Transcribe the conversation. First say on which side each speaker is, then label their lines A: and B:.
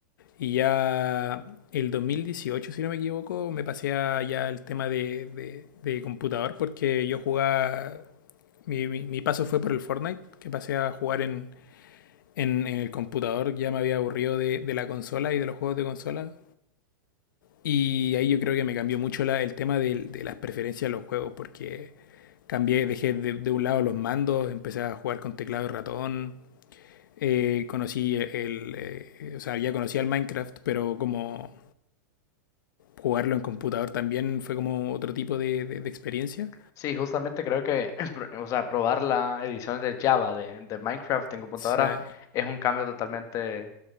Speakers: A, on the left; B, on the left.
A: Y ya el dos mil dieciocho si no me equivoco, me pasé a ya el tema de, de- de computador porque yo jugaba, mi, mi- mi paso fue por el Fortnite, que pasé a jugar en, en- en el computador, ya me había aburrido de, de la consola y de los juegos de consola. Y ahí yo creo que me cambió mucho la- el tema de de, las preferencias de los juegos porque cambié, dejé de, de un lado los mandos, empecé a jugar con teclado y ratón. Eh, conocí el, el, eh, o sea, ya conocía el Minecraft, pero como jugarlo en computador también fue como otro tipo de, de- de experiencia.
B: Sí, justamente creo que, <laughs> o sea, probar la edición de Java de, de Minecraft en
A: O
B: computadora
A: sea,
B: es un cambio totalmente